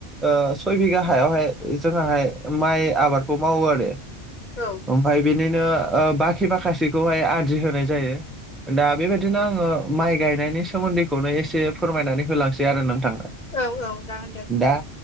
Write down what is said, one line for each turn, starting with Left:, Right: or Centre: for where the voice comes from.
Centre: ओ सय बिगा हायावहाय जोंहाहाय माइ आबादखौ मावो आरो।
Left: औ
Centre: ओमफ्राय बिनिनो ओ बाखि माखासेखौहाय आदि होनाय जायो दा बेबायदिनो आङो माइ गायनायनि सोमोन्दैखौनो एसे फोरमायनानै होलांसै आरो नोंथां
Left: औ औ जागोन दे
Centre: दा